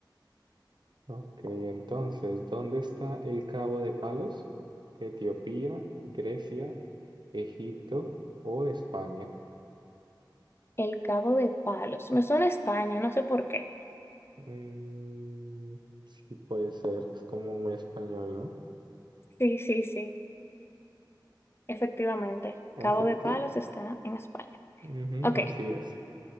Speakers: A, on the right; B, on the left.
A: Ok, entonces, ¿dónde está el Cabo de Palos? ¿Etiopía, Grecia, Egipto o España?
B: El Cabo de Palos. Me suena a España, no sé por qué.
A: Mm, sí, puede ser, es como muy español, ¿no?
B: Sí, sí, sí. Efectivamente.
A: Ah,
B: Cabo
A: efectivo.
B: de Palos está en España.
A: Ujú,
B: Ok.
A: así es.